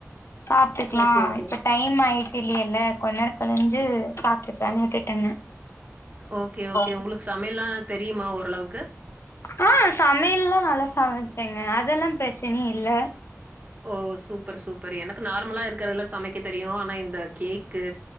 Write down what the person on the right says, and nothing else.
ஓகே ஓகே
ஓகே ஓகே
ஒங்ளுக்கு சமையல்லா தெரிமா ஓரளவுக்கு
ஓ சூப்பர் சூப்பர் எனக்கு நார்மலா இருக்கறததெல்லா சமைக்க தெரியு ஆனா இந்த கேக்கு